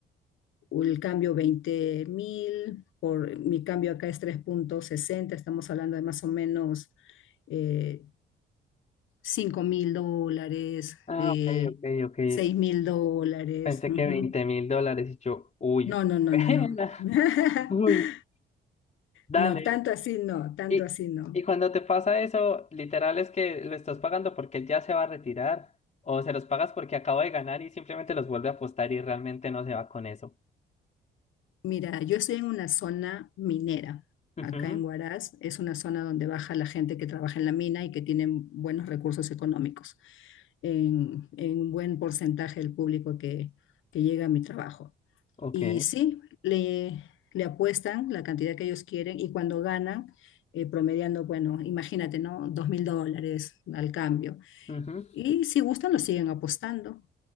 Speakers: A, on the left; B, on the left.
A: el cambio veinte mil, por mi cambio acá es tres punto sesenta. estamos hablando de más o menos eh, 5 mil dólares,
B: Ah,
A: eh,
B: ok, ok, ok.
A: 6 mil dólares.
B: Pensé
A: ujú.
B: que veinte mil dólares y yo, uy,
A: No, no, no,
B: pena.
A: no, no. <laughs>
B: <laughs> Uy, dale.
A: No, tanto así no, tanto
B: Y,
A: así no.
B: y cuando te pasa eso, literal es que lo estás pagando porque él ya se va a retirar, o se los pagas porque acabo de ganar y simplemente los vuelve a apostar y realmente no se va con eso.
A: Mira, yo estoy en una zona minera,
B: Ujú,
A: acá en Huaraz. Es una zona donde baja la gente que trabaja en la mina y que tienen buenos recursos económicos, en, en un buen porcentaje del público que, que llega a mi trabajo.
B: Ok.
A: Y sí, le, le apuestan la cantidad que ellos quieren y cuando ganan, eh, promediando, bueno, imagínate, ¿no? Dos mil dólares al cambio.
B: ujú,
A: Y si gustan, lo siguen apostando